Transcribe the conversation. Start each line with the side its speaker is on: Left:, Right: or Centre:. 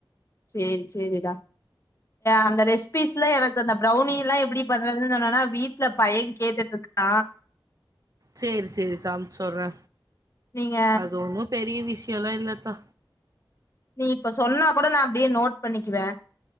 Left: சேரி சேரிடா அந்த ரெசிபிஸ்ல எனக்கு அந்த ப்ரௌனி எல்லா எப்டி பண்றதுன்னு சொன்னனா வீட்டுல பயே கேட்டுட்டு இருக்கா
Right: சேரி சேரி இத அனுப்பிச்சு விடுறே
Left: நீங்க
Right: அது ஒண்ணு பெரிய விஷயோல்லா இல்லத்தா
Left: நீ இப்ப சொன்னா கூட நா அப்டியே நோட் பண்ணிக்குவே